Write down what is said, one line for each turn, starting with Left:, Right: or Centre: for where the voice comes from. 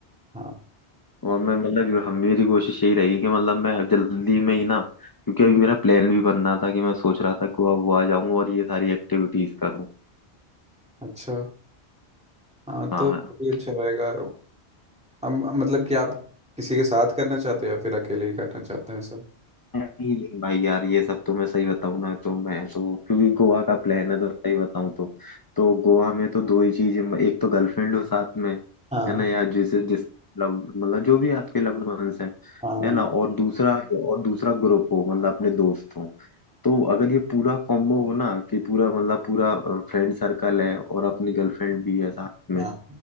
Centre: हाँ
Left: और मैं मतलब यो- हम मेरी कोशिश यही रहेगी कि मतलब मैं जल्दी में ही ना क्योंकि अभी मेरा प्लान भी बन रहा था कि मैं सोच रहा था गोवा वोवा जाऊं और ये सारी एक्टिविटीज करूं
Centre: अच्छा हाँ
Left: हाँ
Centre: तो
Left: हाँ
Centre: भी अच्छा रहेगा हम मतलब कि आप किसी के साथ करना चाहते हैं या फिर अकेले ही करना चाहते हैं सब
Left: नहीं नहीं भाई यार ये सब तो मैं सही बताऊं ना तो मैं तो क्योंकि गोवा का प्लान है तो सही बताऊं तो तो गोवा में तो दो ही चीज एक तो गर्लफ्रेंड हो साथ में
Centre: हाँ
Left: है ना यार जिसे जिस लव मतलब जो भी आपके लव्ड वंस हैं
Centre: हाँ
Left: है ना और दूसरा और दूसरा ग्रुप हो मतलब अपने दोस्त हो तो अगर ये पूरा कॉम्बो हो ना कि पूरा मतलब पूरा फ्रेंड सर्कल है और अपनी गर्लफ्रेंड भी है साथ में
Centre: हाँ